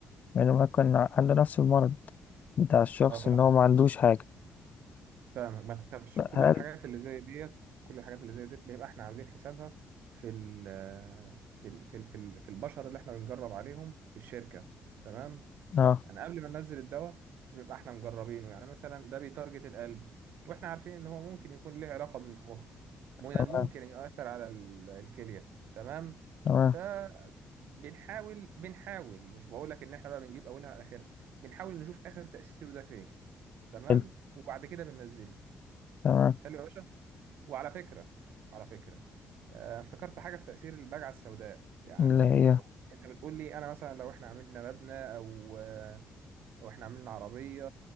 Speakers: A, on the left (about 55°); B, on the right (about 80°).
A: يعني ما كان عنده نفس المرض بتاع الشخص
B: اه فاهمك
A: ان هو ما عندوش حاجة
B: فاهمك ما تخافش كل
A: هل
B: الحاجات اللي زي ديت كل الحاجات اللي زي ديت بيبقى احنا عاملين حسابها في ال في ال في ال في ال- في البشر اللي احنا بنجرب عليهم في الشركة تمام
A: اه
B: انا قبل ما ننزل الدواء بنبقى احنا مجربينه يعني مثلا ده بيتارجت القلب واحنا عارفين ان هو ممكن يكون ليه علاقة بالمخ من الممكن
A: تمام
B: يؤثر على ال- الكلية تمام
A: تمام
B: فبنحاول بنحاول مش بقول لك ان احنا بقى بنجيب اولها على اخرها بنحاول نشوف اخر تأثيره ده فين تمام
A: حلو
B: وبعد كده بننزله
A: تمام
B: حلو يا باشا وعلى فكرة وعلى فكرة آه، افتكرت حاجة في تأثير البجعة السوداء يعني
A: اللي هي
B: انت بتقول لي انا مثلا لو احنا عملنا مبنى او آه، او احنا عملنا عربية